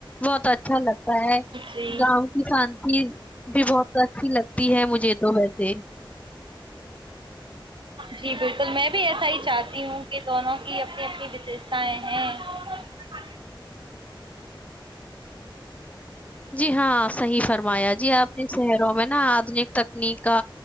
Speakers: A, on the left; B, on the right.
A: بہت اچھا لگتا ہے
B: جی
A: گاؤں <unintelligible> شانتی بھی بہت اچھی لگتی ہے مجھے تو ویسے <unintelligible>
B: جی بالکل میں بھی ایسا ہی چاہتی ہوں کہ دونوں کی اپنی اپنی وشیشتاائیں ہیں <unintelligible>
A: جی ہاں صحیح فرمایا جی آنے شہروں میں نا آدنک تکنیک کا